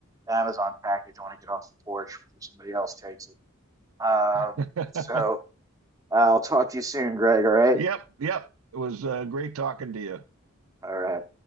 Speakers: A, on the right (about 15°); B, on the right (about 80°).
A: Amazon package. I want to get off the porch before somebody else takes it. Um,
B: <laughs>
A: so I'll talk to you soon, Greg. All right.
B: Yep, yep. It was uh, great talking to you.
A: All right.